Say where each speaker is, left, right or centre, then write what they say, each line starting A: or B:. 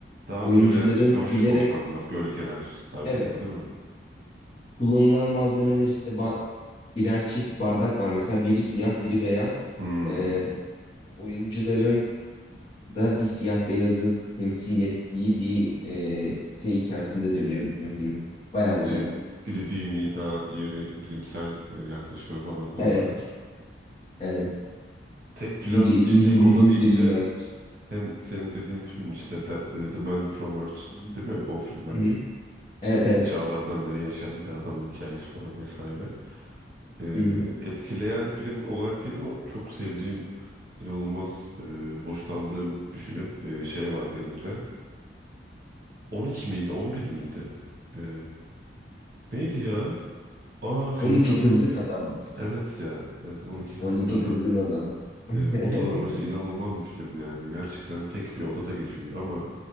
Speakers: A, on the right; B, on the left.
A: Daha
B: oyuncuların
A: böyle loş
B: bilerek
A: ortamlar, gölgeler tarzında
B: evet
A: değil mi?
B: kullanılan malzemeler işte ba- birer çift bardak var. Mesela biri siyah, biri beyaz.
A: Hmm.
B: E, oyuncuların da bir siyah beyazı temsil ettiği bir e, şey içerisinde dönüyor bütün film. Baya güzel.
A: Bir, biri dini daha diğeri bilimsel e, yaklaşıyor falan konulara.
B: Evet, evet.
A: Tek plan,
B: Biri
A: işte
B: nihilizm,
A: tek oda deyince
B: biri inanç.
A: hem senin dediğin film işte The, e, The Man From Earth
B: Hı hı.
A: değil mi? O film hani
B: Hı hı. Evet,
A: ilk
B: evet.
A: çağlardan beri yaşayan bir adamın hikayesi falan vesaire. e,
B: Hı hı.
A: etkileyen film olarak değil ama çok sevdiğim, inanılmaz e, hoşlandığım bir film e, şey var benim de. 12 miydi, 11 miydi? E, neydi ya? Aa filmin
B: 12
A: adını
B: kızgın
A: unuttum.
B: adam mı?
A: Evet ya, evet 12 Kızgın
B: 12
A: Adam.
B: kızgın adam. <laughs>
A: E, o da mesela inanılmaz bir film yani. Gerçekten tek bir odada geçiyor ama